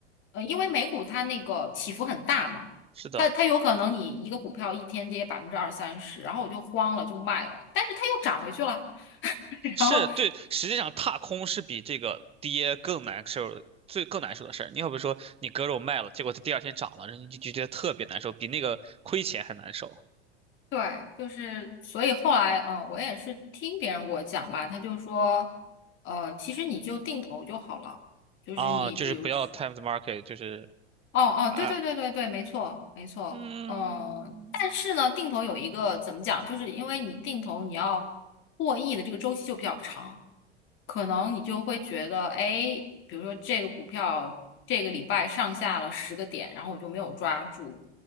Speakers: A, on the left (about 35°); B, on the right (about 15°).
A: 呃，因为美股它那个起伏很大嘛，
B: 是的。
A: 它它有可能你一个股票一天跌百分之二三十，然后我就慌了就卖了，但是它又涨回去了。<laughs>
B: 是对，
A: 然后
B: 实际上踏空是比这个跌更难受，最更难受的事儿。你要不说你割肉卖了，结果它第二天涨了，然后你就觉得特别难受，比那个亏钱还难受
A: 对，就是所以后来，嗯、呃我也是听别人给我讲吧，他就说，呃，其实你就定投就好了，就是你比如说，
B: 啊！就是不要 time the market，就是
A: 哦哦，
B: 啊，
A: 对对对对对，没错没错，
B: 嗯，
A: 嗯、但是呢，定投有一个怎么讲，就是因为你定投你要获益的这个周期就比较长，可能你就会觉得，哎，比如说这个股票这个礼拜上下了十个点，然后我就没有抓住，